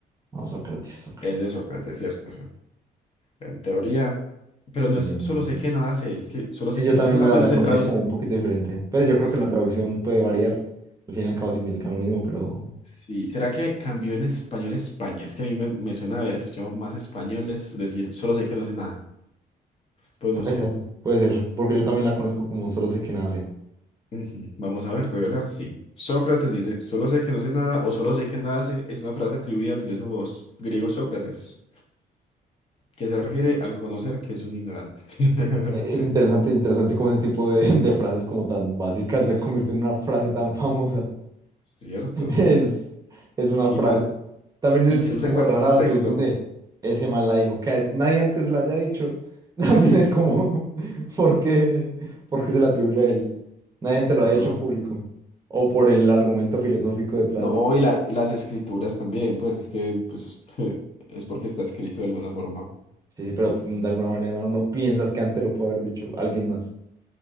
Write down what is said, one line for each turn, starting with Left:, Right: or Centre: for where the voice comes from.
Right: No, Sócrates, Sócrates.
Left: Es de Sócrates, ¿cierto? En teoría. Pero no
Right: Sí,
Left: es
Right: man.
Left: solo sé que nada sé, es que solo sé
Right: Y yo
Left: que
Right: también
Left: no sé nada.
Right: la,
Left: Bueno,
Right: la
Left: se
Right: conocía
Left: traduce.
Right: como un poquito diferente. Pues yo
Left: Sí,
Right: creo que la traducción puede variar. Al fin y al cabo significan lo mismo, pero
Left: sí. ¿Será que cambió en español a España? Es que a mí me, me suena haber escuchado más españoles decir solo sé que no sé nada. Pues
Right: puede
Left: no sé.
Right: ser, puede ser. Porque yo también la conozco como solo sé que nace.
Left: Ujú, Vamos a ver, revelar, sí. Sócrates dice, solo sé que no sé nada o solo sé que nada sé, es una frase atribuida al filósofo s- griego Sócrates, que se refiere al conocer que es un ignorante. <laughs>
Right: Eh, Interesante, interesante cómo ese tipo de, <laughs> de frases como tan básicas se convirtió en una frase tan famosa.
Left: Cierto.
Right: <laughs> Es, es una
Left: Y
Right: frase.
Left: tan,
Right: También es
Left: y se usa
Right: como
Left: en cualquier
Right: rara
Left: contexto.
Right: la atribución de ese mal la dijo, que nadie antes la haya dicho. <laughs> También es como, <laughs> ¿por qué, por qué se la atribuye a él? Nadie antes lo
Left: No.
Right: ha dicho en público. O por el argumento filosófico detrás
Left: No,
Right: de él.
Left: y la- las escrituras también, pues es que pues, <laughs> es porque está escrito de alguna forma.
Right: Sí, sí, pero mm, de alguna manera no, no piensas que antes lo puede haber dicho alguien más.